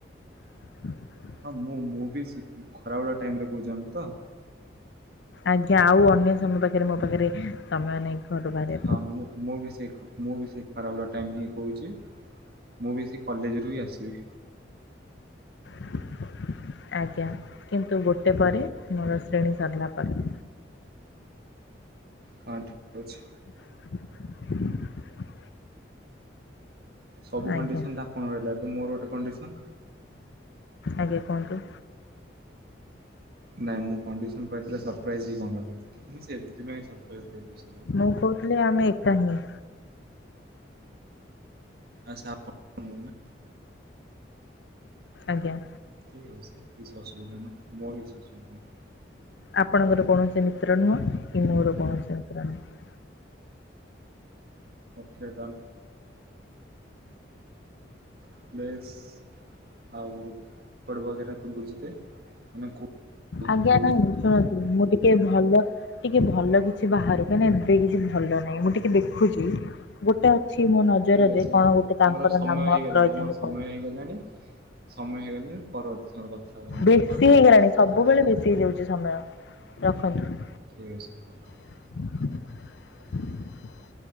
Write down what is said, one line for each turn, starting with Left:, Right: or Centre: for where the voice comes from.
Left: <unintelligible>
Right: ହଁ ମୁଁ ମୁଁ ବି ସେ ଖରା ବେଳ ଟାଇମରେ କୋହୁଛନ୍ତି ତ?
Left: ଆଜ୍ଞା ଆଉ ଅନ୍ୟ ସମୟ ପାଖରେ ମୋ ପାଖରେ ସମୟ ନାହିଁ। <unintelligible>
Right: ହଁ ମୁଁ ମୁଁ ବି ସେଇ ମୁଁ ବି ସେଇ ଖରାବେଳ ଟାଇମ୍ ହିଁ କହୁଚି, ମୁଁ ବି ସେଇ କଲେଜରୁ ହିଁ ଆସିବି।
Left: <inaudible> ଆଜ୍ଞା କିନ୍ତୁ ଗୋଟେ ପରେ ମୋର ଶ୍ରେଣୀ ସରିଲା ପରେ।
Right: ହଁ ଠିକ ଅଛି।
Left: <inaudible>
Right: ସବୁ କଣ୍ଡିସନ
Left: ଆଜ୍ଞା
Right: ତ ଆପଣଙ୍କ ରହିଲା ମୋର ଗୋଟେ କଣ୍ଡିସନ।
Left: ଆଜ୍ଞା କୁହନ୍ତୁ।
Right: ନାଇଁ ମୁଁ କଣ୍ଡିସନ କହିି ଦେଲେ ସରପ୍ରାଇଜ କଣ ଦେବି, ମୁଁ ସେଇଥି ପାଇଁ ସର୍ପ୍ରାଇଯ ଦେବି।
Left: ମୁଁ କୋହୁଥିଲି ଆମେ ଏକା ହିଁ।
Right: ଆଚ୍ଛା ଆପଣ ନା
Left: ଆଜ୍ଞା।
Right: <unintelligible>
Left: ଆପଣଙ୍କର କୌଣସି ମିତ୍ର ନୁହଁ କି ମୋର କୌଣସି ମିତ୍ର ନୁହଁ।
Right: Okay Don. <unintelligible>
Left: ଆଜ୍ଞା
Right: କୋଉ
Left: <unintelligible> କୁହନ୍ତୁ ମୁଁ ଟି ଟିକେ ଭଲ ଟିକେ ଭଲ କିଛି ବାହାରୁ କାହିଁକିନା ଏବେ କିଛି ଭଲ ନାହିଁ ମୁଁ ଟିକେ ଦେଖୁଚି। ଗୋଟେ ଅଛି ମୋ ନଜରରେ
Right: ଠିକ୍ ଅଛି
Left: କଣ
Right: ଆମର
Left: ଗୋଟେ ତାଙ୍କର
Right: ସମୟ
Left: ନାମ
Right: ହେଇଗଲାଣି
Left: ରହିଥାନ୍ତୁ
Right: ଆମର ସମୟ
Left: କହୁ
Right: ହେଇଗଲାଣି। ସମୟ ହେଇଗଲେ ପରବର୍ତ୍ତୀ ର କଥା। ହେବା ଆମେ
Left: ବେଶୀ
Right: ଆଉ ଟିକେ
Left: ହେଇଗଲାଣି
Right: ପରେ
Left: ସବୁବେଳେ
Right: ବୁଝିଲୁ
Left: ବେଶୀ ହେଇଯାଉଚି ସମୟ ରଖନ୍ତୁ।
Right: ଠିକ୍ ଅଛି।
Left: <inaudible>